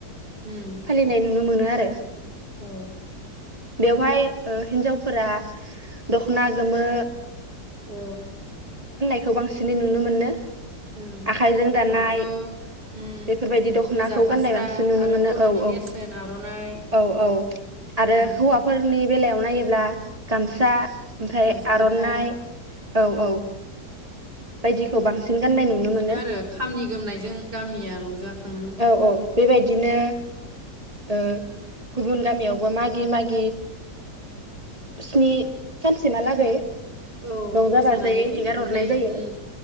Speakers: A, on the right; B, on the right.
A: उम
B: फालिनाय नुनो मोनो आरो
A: औ
B: बेवहाय ओ‌ हिन्जावफोरा दखना गोमो
A: औ
B: खौ बांसिनै नुनो मोनो
A: उम
B: आखाइजों दानाय
A: आरोथ' उम
B: बेफोरबायदि दख'नाखौ
A: गोजा फास्रा
B: गाननाय बांसिन नुनो
A: आरो
B: मोनो
A: बर'नि
B: औ औ
A: नेरसोन आर'नाइ
B: औ औ आरो
A: उम
B: हौवाफोरनि बेलायाव नायोब्ला गामसा ओमफ्राय
A: गामसा
B: आर'नाइ
A: गोथां
B: औ
A: उम
B: औ बायदिखौ बांसिन गाननाय नुनो
A: बिदिनो
B: मोनो
A: आरो खामानि गोमनायजों गामिया रंजाखाङो।
B: औ औ बेबायदिनो ओ गुबुन गामियावबो मागि मागि स्नि ओ सानसिमहालागै
A: औ
B: रंजा
A: मोसानानै
B: बाजायै‌ हेगार
A: मोननाय
B: हरनाय जायो।
A: उम